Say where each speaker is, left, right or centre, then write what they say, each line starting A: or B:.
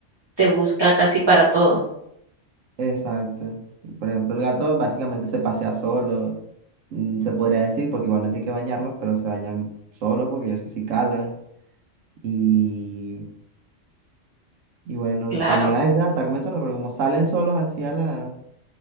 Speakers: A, on the right; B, on the right.
A: te busca casi para todo.
B: Exacto. Por ejemplo, el gato básicamente se pasea solo, mm, se podría decir, porque igualmente hay que bañarlos, pero se bañan solos porque ellos así calan. Y, y bueno,
A: Claro,
B: también a veces hasta comen solos, pero como salen solos así a la,